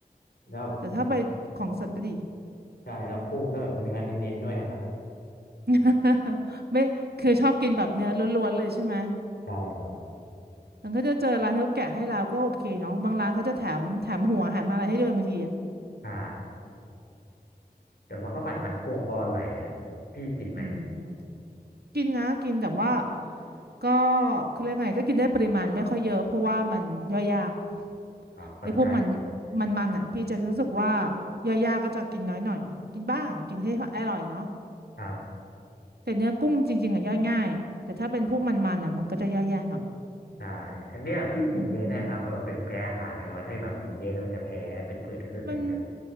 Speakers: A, on the left; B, on the right.
A: แล้วผัด
B: ๆแต่ถ้าไปของสดก็ดี
A: ใช่แล้วกุ้งต้องแบบเนื้อเน้นๆด้วยนะครับ
B: <laughs> ไม่คือชอบกินแบบเนื้อล้วนๆเลยใช่ไหม
A: ใช่ครับ
B: มันก็จะเจอร้านที่เขาแกะให้เราก็โอเคเนาะบางร้านเขาจะแถมแถมหัวแถมอะไรให้ด้วยบางทีอะ
A: ใช่แต่ว่าข้าวผัดมันกุ้งก็อร่อยนะครับพี่กินไหม
B: อืมกินนะกินแต่ว่าก็เขาเรียกไงก็กินได้ปริมาณไม่ค่อยเยอะเพราะว่ามันย่อยยาก
A: อ๋อเข้าใจนะ
B: ไอ้พวกมันมันมันอ่ะพี่จะรู้สึกว่าย่อยยากก็จะกินน้อยหน่อยกินบ้างกินให้อร่อยเนาะ
A: ครับ
B: แต่เนื้อกุ้งจริงๆอ่ะย่อยง่ายแต่ถ้าเป็นพวกมันมันอ่ะมันก็จะย่อยยากหน่อย
A: ใช่อันเนี้ยพี่กินเยอะได้ครับแบบว่าเป็นแพ้อาหารไหมว่าถ้าแบบกินเยอะแล้วมันจะแพ้เป็นผื่นขึ้นอย่างเงี้ย
B: อืมมัน